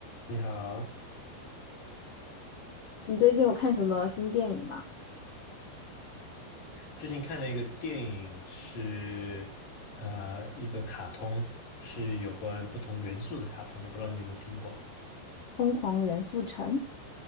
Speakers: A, on the left; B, on the left.
A: 你好，
B: 你最近有看什么新电影吗？
A: 最近看了一个电影是，呃一个卡通，是有关不同元素的卡通，我不知道你有没有听过。
B: 《疯狂元素城》